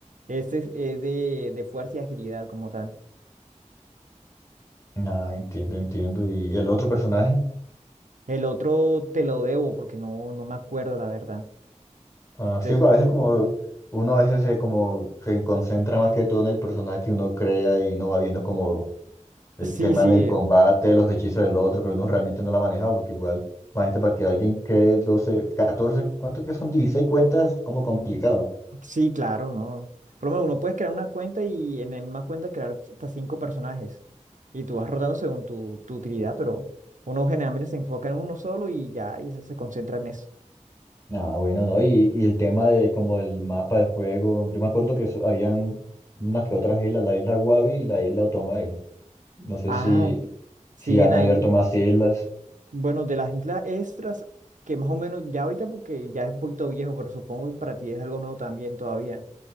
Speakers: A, on the right; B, on the left.
A: este es, es de, de fuerza y agilidad como tal.
B: Nada, entiendo, entiendo. ¿Y el otro personaje?
A: El otro te lo debo porque no, no me acuerdo, la verdad.
B: Ah,
A: Entonces,
B: sí, a veces como uno a veces se como se concentra más que todo en el personaje que uno crea y uno va viendo como el
A: sí,
B: tema
A: sí,
B: del combate, los hechizos del otro, pero uno realmente no lo ha manejado porque igual, imagínate, para que alguien cree 12 14 ¿cuánto que son? dieciséis cuentas, es como complicado.
A: Sí, claro, ¿no? Por lo menos uno puedes crear una cuenta y en la misma cuenta crear hasta cinco personajes. Y tú vas rotando según tu, tu utilidad, pero uno generalmente se enfoca en uno solo y ya, y se, se concentra en eso.
B: Nada, bueno, ¿no? Y, y el tema de como el mapa del juego, yo me acuerdo que so- habían unas que otras islas, la isla Wabi y la isla Otomai. No sé
A: Ah,
B: si,
A: siguen
B: si han
A: ahí.
B: abierto más islas.
A: Bueno, de las islas extras, que más o menos ya ahorita porque ya es un poquito viejo, pero supongo que para ti es algo nuevo también todavía.